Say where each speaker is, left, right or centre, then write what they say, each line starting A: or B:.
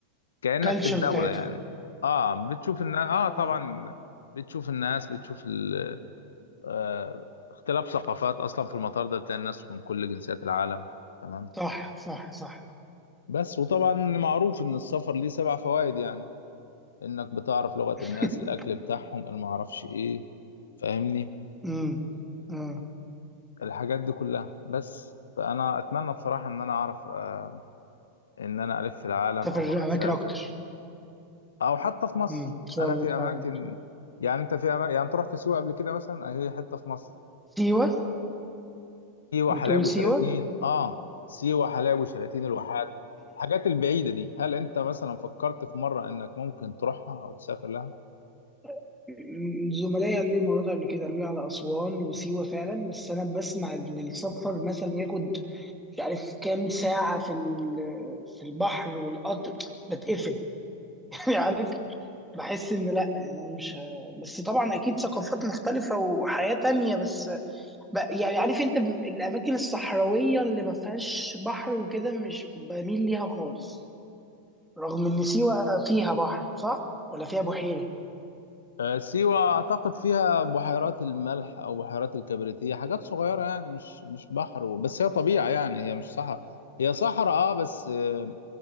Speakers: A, on the left; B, in the centre.
A: كأنك
B: كلتشر
A: في الدولة
B: بتاعتهم
A: يعني اه بتشوف الناس اه
B: اه
A: طبعا بتشوف الناس بتشوف ال... آه اختلاف ثقافات أصلا في المطار ده بتلاقي الناس من كل جنسيات العالم تمام
B: صح صح صح
A: بس وطبعا معروف إن السفر ليه سبع فوائد يعني إنك بتعرف لغة
B: <laughs>
A: الناس الأكل بتاعهم المعرفش إيه فاهمني
B: امم امم
A: الحاجات دي كلها بس فانا اتمنى بصراحه ان انا اعرف آه، ان انا الف في العالم
B: سافر
A: او اسافر
B: اماكن اكتر
A: او حتى في مصر
B: امم ان شاء
A: انا
B: الله
A: في
B: تحقق
A: اماكن
B: ده.
A: يعني انت في أماكن يعني انت رحت سيوه قبل كده مثلا هي حته في مصر
B: سيوه
A: سيوه
B: بتقول
A: حلايب وشلاتين
B: سيوه
A: اه سيوه حلايب وشلاتين الواحات الحاجات البعيده دي هل انت مثلا فكرت في مره انك ممكن تروحها او تسافر لها
B: <coughs> زملائي قالوا لي المره دي قبل كده قالوا لي على اسوان وسيوه فعلا بس انا بسمع ان السفر مثلا ياخد مش عارف كام ساعه في ال- في البحر والقطر بتقفل <laughs> يعني عارف بحس ان لا يعني انا مش ه... بس طبعا اكيد ثقافات مختلفه وحياه تانية بس ب... يعني عارف انت ب- الاماكن الصحراويه اللي ما فيهاش بحر وكده مش بميل ليها خالص رغم ان سيوه فيها بحر صح ولا فيها بحيره
A: آه، سيوة أعتقد فيها بحيرات الملح أو بحيرات الكبريت هي حاجات صغيرة يعني مش مش بحر و- بس هي طبيعة يعني هي مش صحراء هي صحراء أه بس آه،